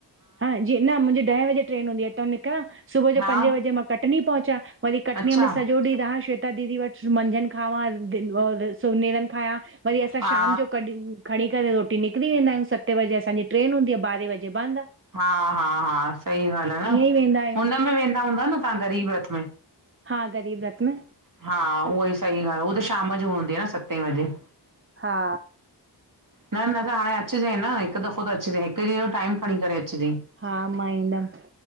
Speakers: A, on the right (about 30°); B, on the right (about 45°).
A: हा जी न मुंजी ॾहें बजे ट्रेन हूंदी आ हितऊं निकरां सुबुह जो
B: हा
A: पंजे बजे मां कटनी पहुचां वरी कटनीअ
B: अच्छा
A: में सॼो ॾींह रहां श्वेता दीदी वट। मंझंन खावां, सुबूह नेरन खावां वरी असां
B: हा
A: शाम जो कॾहिं खणी करे रोटी निकरी वेंदा आहियूं सते बजे असांजी ट्रेन हूंदीअ आ ॿारहें बजे बंद
B: हा-हा-हा सही ॻाल्ह आ न
A: ई वेंदा आहियूं
B: हुन में वेंदा हूंदव न तव्हां ग़रीब रथ में?
A: हा ग़रीब रथ में।
B: हा उहो ई सही ॻाल्ह आ, उहा त शाम जो हूंदी आ न सते वॼे
A: हा
B: न-न त हाणे अच जांइ न हिक दफ़ो त अचजांइ हिक ॾींहं जो टाइम खणी करे अचजांइ।
A: हा मां ईंदम।